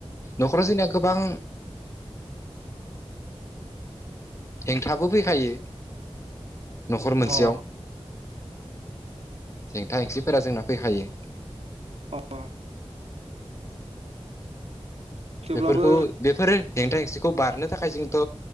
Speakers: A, on the left (about 25°); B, on the right (about 70°).
A: न'खराव जोंना गोबां हेंथाबो फैखायो न'खर मोनसेयाव।
B: अ
A: जेंथा हेंसिफोरा जोंना फैखायो।
B: अ अ थेवब्लाबो
A: बेफोरखौ बेफोरो हेंथा हेंसिखौ बारनो थाखाय जोंथ'